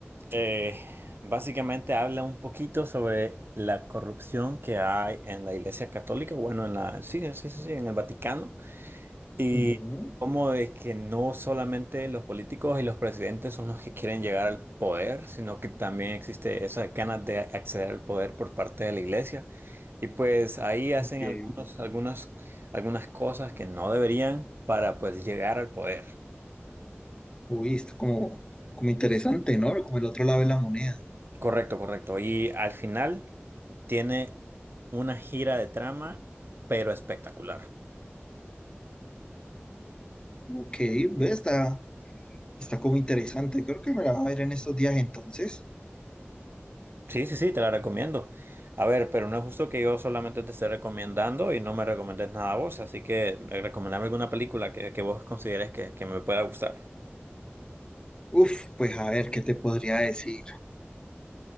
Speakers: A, on the right (about 55°); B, on the left (about 20°).
A: eh, básicamente habla un poquito sobre la corrupción que hay en la Iglesia Católica. Bueno, en la, sí, sí, sí, sí, en el Vaticano. Y
B: Ujú,
A: cómo es que no solamente los políticos y los presidentes son los que quieren llegar al poder, sino que también existe esa ganas de acceder al poder por parte de la iglesia. Y pues ahí hacen
B: ok.
A: algunos, algunas, algunas cosas que no deberían para pues llegar al poder.
B: Uy, está como, como interesante, ¿no? Como el otro lado de la moneda.
A: Correcto, correcto. Y al final tiene una gira de trama, pero espectacular.
B: Ok, ve, está, está como interesante. Creo que me la va a ver en estos días entonces.
A: Sí, sí, sí, te la recomiendo. A ver, pero no es justo que yo solamente te esté recomendando y no me recomiendes nada a vos, así que eh, recomendame alguna película que, que vos consideres que, que me pueda gustar.
B: Uf, pues a ver, ¿qué te podría decir?